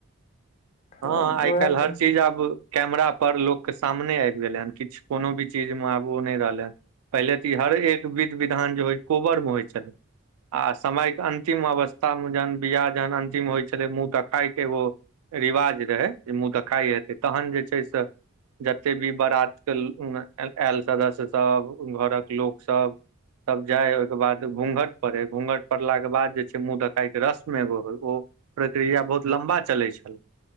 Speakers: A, on the left; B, on the right.
A: खैर
B: हँ आइ
A: वैह
B: काल्हि
A: सब
B: हर चीज आब कैमरा पर लोक के सामने आबि गेलै हन किछु कोनो भी चीज मे आब ओ नहि रहलै हन पहिले तऽ ई हर एक विध विधान जे हो कोबर मे होइ छलै आ समय के अंतिम अवस्था मे जहन बियाह जहन अंतिम होइ छलै मुँह देखाय के एगो रिवाज रहै जे मुँह देखाइ हेतै तहन जे छै से जते भी बरातके आयल सदस्य सब घरक लोकसभ तब जाय ओहिके बाद घूँघट पड़े घूँघट पड़लाके बाद जे छै मुँह देखाइ के रस्म एगो होय ओ प्रक्रिया बहुत लम्बा चलै छल